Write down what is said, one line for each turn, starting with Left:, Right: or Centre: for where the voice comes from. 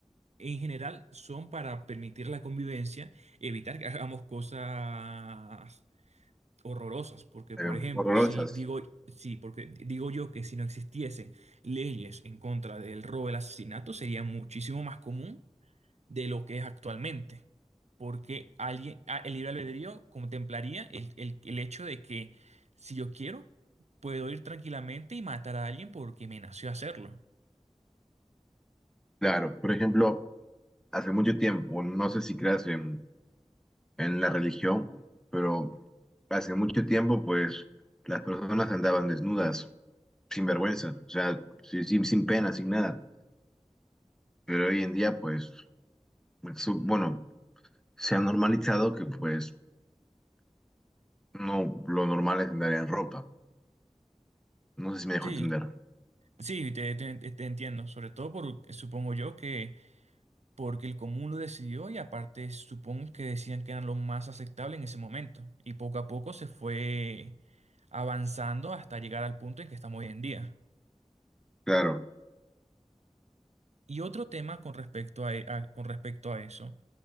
Right: en general son para permitir la convivencia, evitar que hagamos cosas horrorosas, porque por
Centre: eh,
Right: ejemplo,
Centre: horrorosas.
Right: si digo, sí, porque digo yo que si no existiese leyes en contra del robo, el asesinato, sería muchísimo más común de lo que es actualmente, porque alguien, ah, el libre albedrío contemplaría el, el, el hecho de que si yo quiero, puedo ir tranquilamente y matar a alguien porque me nació hacerlo.
Centre: Claro, por ejemplo, hace mucho tiempo, no sé si creas en, en la religión, pero hace mucho tiempo, pues las personas andaban desnudas, sin vergüenza, o sea, sin, sin, sin pena, sin nada. Pero hoy en día, pues, su- bueno, se ha normalizado que, pues, no lo normal es andar en ropa. No sé si me dejo
Right: Sí,
Centre: entender.
Right: sí, te, te- te entiendo, sobre todo por, supongo yo que porque el común lo decidió y aparte supongo que decían que era lo más aceptable en ese momento. Y poco a poco se fue avanzando hasta llegar al punto en que estamos hoy en día.
Centre: Claro.
Right: Y otro tema con respecto a, e- a- con respecto a eso